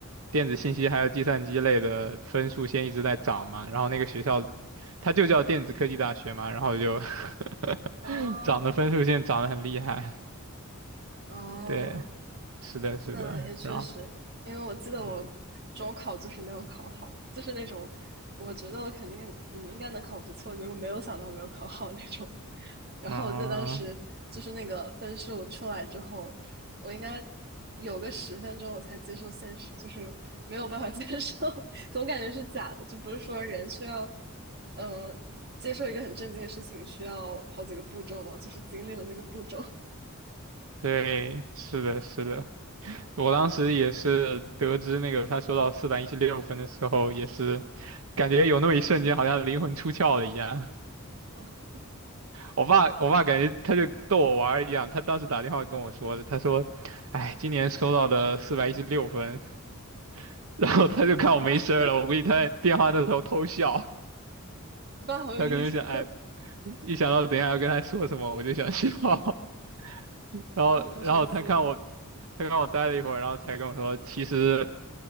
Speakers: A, on the right (about 70°); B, on the right (about 45°).
A: 电子信息还有计算机类的分数线一直在涨嘛，然后那个学校它就叫电子科技大学嘛，然后就 <laughs>
B: 哦
A: 涨的分数线涨得很厉害。
B: 哦，
A: 对，是的，是的，
B: 那也确实，
A: 然后
B: 因为我记得我中考就是没有考好，
A: 嗯
B: 就是那种我觉得我肯定嗯应该能考不错，结果没有想到没有考好那种。然后我在当时就是那个分数出来之后，
A: 啊，
B: 我应该有个十分钟我才接受现实，就是没有办法 <laughs> 接受，<laughs> 总感觉是假的，就不是说人需要嗯、呃接受一个很正经的事情需要好几个步骤嘛，就是经历了那个步骤
A: 对，是的，是的，我当时也是得知那个他收到四百一十六分的时候，也是感觉有那么一瞬间好像灵魂出窍了一样。
B: 啊，
A: 我爸，我爸感觉他就逗我玩儿一样，他当时打电话跟我说的，他说：“哎，今年收到的四百一十六分。<laughs>”然后他就看我没声儿了，
B: 明白，
A: 我估计他在电话那头偷笑，
B: <laughs> 明白，好有意思
A: 他可能想，哎，一想到等一下要跟他说什么，我就想笑。<laughs> 然后，
B: 啊，好神奇。
A: 然后他看我，他看我待了一会儿，然后才跟我说，其实